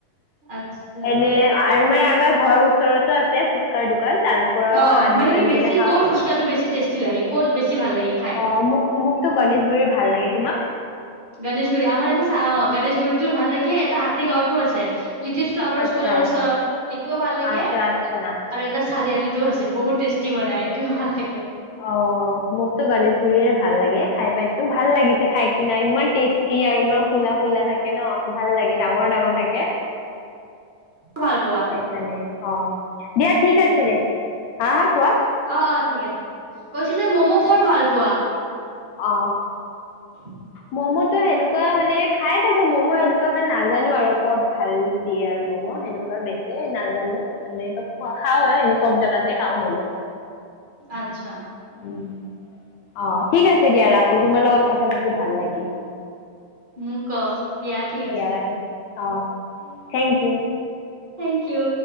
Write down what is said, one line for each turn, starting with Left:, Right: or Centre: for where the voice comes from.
Right: আচ্ছা,
Left: এনে আৰু মানে আমাৰ ঘৰৰ ওচৰতো আছে। ফুচকাৰ দো কান তাৰ পৰাও
Right: অ
Left: আনি
Right: মানে কি
Left: আনি
Right: বেছি
Left: কিনে খাও।
Right: ক'ৰ ফুচকাটো বেছি টেষ্টি লাগে ক'ত বেছি ভাল লাগে খাই
Left: অ মোক মোকতো গণেশগুৰিৰ ভাল লাগে। তোমাক?
Right: গণেশগুৰি, আমাৰ এটা চ-অ গণেশগুৰিটো ভাল লাগে এটা হাতীগাঁৱতো আছে। লিটিল ফ্লাৱাৰ
Left: আচ্ছা
Right: স্কুলৰ ওচৰত। এইটোও ভাল লাগে,
Left: আচ্ছা আচ্ছা
Right: আৰু এটা চাৰিআলিত। আছে, বহুত টেষ্টি বনায়। এইটোও ভাল লাগে।
Left: অ' মোকতো গণেশ ৰে ভাল লাগে, খাই পাইছো। ভাল লাগিছে খাই কিনা ইমান টেষ্টি আৰু ইমান ফুলা-ফুলা থাকে। <unintelligible> ভাল লাগে ডাঙৰ-ডাঙৰ থাকে
Right: ভাল পোৱা
Left: সেইকাৰণে অ' দিয়া ঠিক আছে দিয়া। হা হা কোৱা।
Right: অ অ ঠিক আছে। কৈছো যে মম' ক'ৰ ভাল পোৱা?
Left: অ'।
Right: <inaudible>
Left: মম'তো সেনেকুৱা মানে, খাই থাকো ম'ম' সেনেকুৱা মানে, নাজানো আৰু ক'ত ভাল দিয়ে আৰু ম'ম'! সেনেকুৱা বেছি। দে নাজানো মানে, খাও হয়। এনেই চব জেগাতে খাওঁ মম'।
Right: আচ্ছা।
Left: উম, অ' ঠিক আছে দিয়া, ৰাখো তোমাৰ লগত কথা পাতি ভাল লাগিল।
Right: মোক ক দিয়া ঠিক
Left: এতিয়া
Right: আছে
Left: ৰাখো। অ' থেংক ইউ।
Right: Thank U.